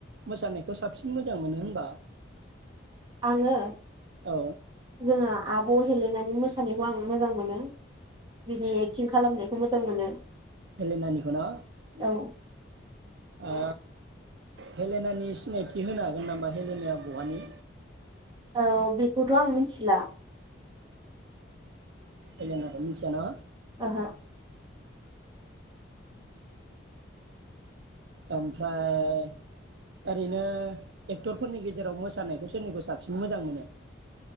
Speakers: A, on the right (about 65°); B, on the right (about 25°).
A: मोसानायखौ साबसिन मोजां मोनो होनबा?
B: आङो
A: औ
B: जोङो आब हेलेनानि मोसा मोसानायखौ आं मोजां मोनो। बिनि एक्टिं खालामनायखौ मोजां मोजां मोनो।
A: हेलिनानिखौ न?
B: औ
A: आ हेलेनानि सिनायथि होनो हागोन नामा? हेलेनाया बहानि?
B: औ बेखौथ आं मिथिला
A: औ <unintelligible> मिथियाना?
B: ओहो
A: ओमफ्राय ओरैनो एक्टरफोरनि गेजेराव मोसानायखौ सोरनिखौ साबसिन मोजां मोनो?